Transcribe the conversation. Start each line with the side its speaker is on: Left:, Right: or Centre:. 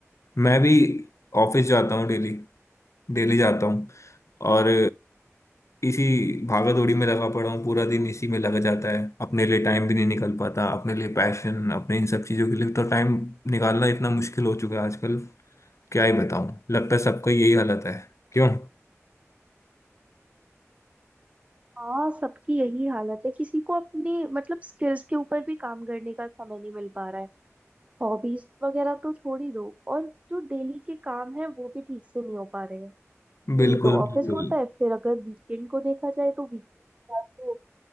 Left: मैं भी ऑफिस जाता हूँ डेली डेली जाता हूँ और इसी भागा दौड़ी में लगा पड़ा हूँ पूरा दिन इसी में लग जाता है अपने लिए टाइम भी नहीं निकल पाता अपने लिए पैशन अपने इन सब चीज़ों के लिए तो टाइम निकालना इतना मुश्किल हो चुका है आजकल क्या ही बताऊँ लगता है सबका यही हालत है क्यों
Right: हाँ सबकी यही हालत है किसी को अपने मतलब स्किल्स के ऊपर भी काम करने का समय नहीं मिल पा रहा है हॉबीज वगैरह तो छोड़ ही दो और जो डेली के काम है वो भी ठीक से नहीं हो पा रहे हैं डेली
Left: बिल्कुल
Right: तो ऑफिस
Left: बिल्कुल
Right: होता है फिर अगर वीकेंड को देखा जाए तो वीकेंड तो